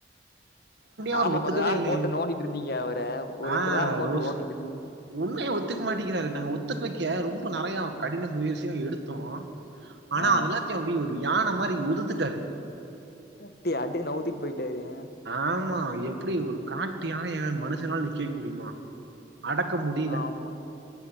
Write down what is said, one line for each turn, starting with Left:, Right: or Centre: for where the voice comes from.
Right: அவர்
Left: ஆமா
Right: ஒத்துக்கவே
Left: கொஞ்ச நாள்
Right: இல்லையே
Left: போட்டு நோண்டிட்ருந்தீங்க அவர ஒரு
Right: ஆ
Left: ரெண்டு வார போட்டு
Right: ரோஸ்
Left: ஓட்டிட்ருந்
Right: உண்மைய ஒத்துக்க மாட்டிக்கிறாரு நாங்க ஒத்துக்க வைக்க ரொம்ப நெறையா கடின முயற்சியு எடுத்தோ ஆனா
Left: ஆ
Right: அதெல்லாத்தையு அப்டி ஒரு யான மாரி உதுத்துட்டாரு
Left: தட்டி அடி நவ்திட்டு போயிட்டாரு ஏ
Right: ஆமா எப்டி ஒரு காட்டு யானை எதாது மனுஷனால நிக்க வெக்க முடியுமா அடக்க முடியல
Left: ஆமா